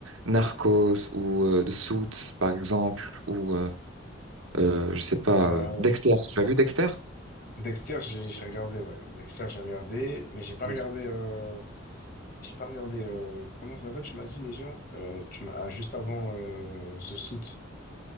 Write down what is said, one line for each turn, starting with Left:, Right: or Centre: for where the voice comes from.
Right: Narcos ou euh, The Suits, par exemple, ou, euh, euh, je sais pas,
Left: Euh,
Right: euh, Dexter, tu as vu Dexter?
Left: Dexter, j'ai j'ai regardé, ouais. Dexter, j'ai regardé, mais j'ai pas
Right: Yes.
Left: regardé. euh, J'ai pas regardé. euh, Comment ça s'appelle? Tu m'as dit déjà? Euh, tu m'as ah, juste avant euh, The Suit.